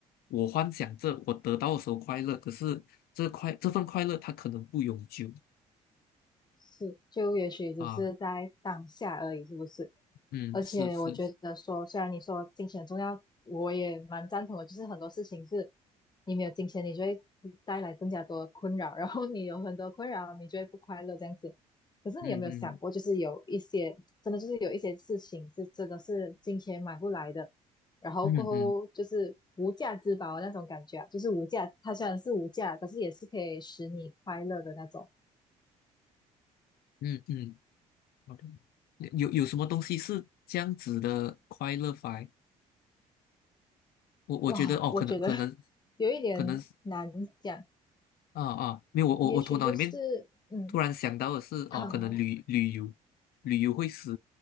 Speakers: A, on the left (about 60°); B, on the left (about 25°).
A: 我幻想着我得到的时候快乐，可是这快这份快乐它可能不永久
B: 是，就也许只是在当下而已，
A: 啊。
B: 是不是？
A: 嗯，
B: 而且我觉得说，
A: 是是，是
B: 虽然你说金钱很重要，我也蛮赞同的。就是很多事情是，你没有金钱，你就会带来更加多的困扰，<laughs> 然后你有很多困扰，你就会不快乐这样子。可是你有没有想过，
A: 嗯嗯
B: 就是有一些真的就是有一些事情是真的是金钱买不来的，然后过后就是无价之宝那种感觉啊，
A: 嗯嗯
B: 就是无价，它虽然是无价，可是也是可以使你快乐的那种。
A: 嗯嗯，好的有有什么东西是这样子的快乐法？我我觉得哦，
B: 哇，我觉得
A: 可能可能
B: <laughs> 有一点难讲，
A: 可能是。啊啊，没有，我我我头脑里面
B: 也许就是嗯
A: 突然想到的是，
B: 好，
A: 哦，可能旅旅游，旅游会使